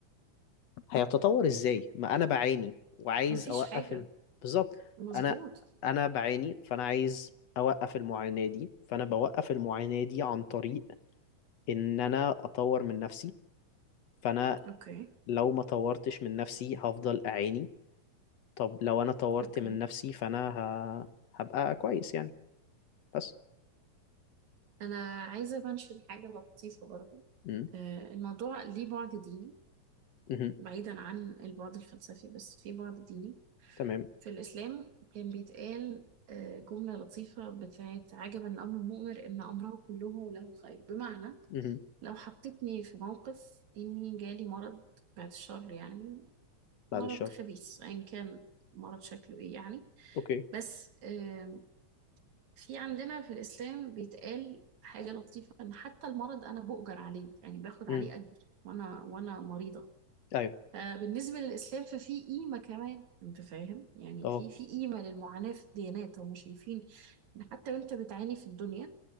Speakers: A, on the left; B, on the right.
A: هيتطور ازاي ما انا بعاني وعايز
B: مفيش
A: اوقف
B: حاجة
A: ال... بالظبط
B: مظبوط
A: انا انا بعاني فانا عايز اوقف المعاناة دي فانا بوقف المعاناة دي عن طريق ان انا اطور من نفسي فانا
B: أوكي
A: لو ما طورتش من نفسي هفضل اعاني طب لو انا طورت
B: أوكي
A: من نفسي فانا ه... هبقى كويس يعني بس
B: أنا عايزة منشن حاجة لطيفة برضو
A: امم
B: آه، الموضوع ليه بعد ديني
A: امم
B: بعيدا عن البعد الفلسفي بس في بعد ديني
A: تمام
B: في الإسلام كان بيتقال آه، جملة لطيفة بتاعت عجبا لأمر المؤمن إن أمره كله له خير بمعنى
A: امم
B: لو حطيتني في موقف إني جالي مرض بعد الشر يعني
A: بعد
B: مرض
A: الشر
B: خبيث أيا كان مرض شكله إيه يعني
A: اوكي
B: بس آم، في عندنا في الإسلام بيتقال حاجة لطيفة إن حتى المرض أنا بؤجر عليه يعني باخد
A: امم
B: عليه أجر وأنا وأنا مريضة
A: ايوه
B: آه، بالنسبة للإسلام ففي قيمة كمان أنت فاهم يعني
A: اه
B: في في قيمة للمعاناة في الديانات هم شايفين إن حتى وأنت بتعاني في الدنيا